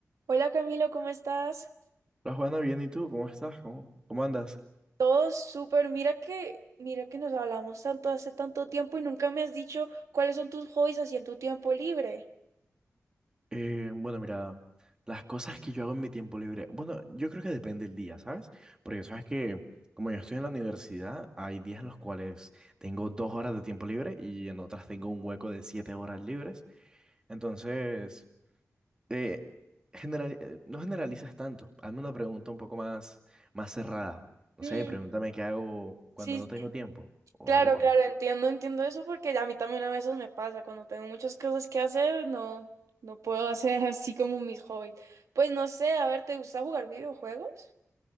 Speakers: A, on the right; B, on the right.
A: Hola Camilo, ¿cómo estás?
B: Hola Juana, bien, ¿y tú? ¿Cómo estás? ¿Cómo, cómo andas?
A: Todo súper. Mira que, mira que nos hablamos tanto hace tanto tiempo y nunca me has dicho cuáles son tus hobbies así en tu tiempo libre.
B: Eh, bueno, mira, las cosas que yo hago en mi tiempo libre, bueno, yo creo que depende del día, ¿sabes? Porque sabes que como yo estoy en la universidad, hay días en los cuales tengo dos horas de tiempo libre y en otras tengo un hueco de siete horas libres. Entonces, eh, general, eh, no generalizas tanto. Hazme una pregunta un poco más, más cerrada. No
A: Mm,
B: sé, pregúntame qué hago cuando
A: sí,
B: no
A: sí,
B: tengo tiempo o
A: claro,
B: algo.
A: claro, entiendo, entiendo eso porque a mí también a veces me pasa. Cuando tengo muchas cosas que hacer, no, no puedo <laughs> hacer así como mis hobbies. Pues no sé, a ver, ¿te gusta jugar videojuegos?